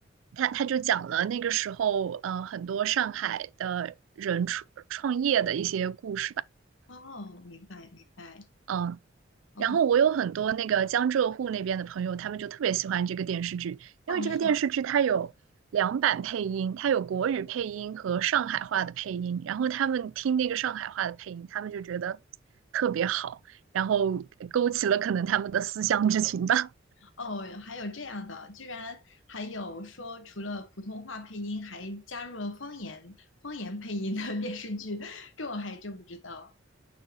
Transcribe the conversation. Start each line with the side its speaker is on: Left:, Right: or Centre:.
Right: 他他就讲了那个时候呃很多上海的人创创业的一些故事吧，
Left: 哦，明白明白。
Right: 嗯。
Left: 哦
Right: 然后我有很多那个江浙沪那边的朋友，他们就特别喜欢这个电视剧，
Left: 哦，
Right: 因为这个电视剧它有两版配音，
Left: 是吗？
Right: 它有国语配音和上海话的配音。然后他们听那个上海话的配音，他们就觉得特别好，然后勾起了可能他们的思乡之情吧。
Left: 哦，还有这样的，居然还有说除了普通话配音，还加入了方言方言配音的电视剧，这我还真不知道。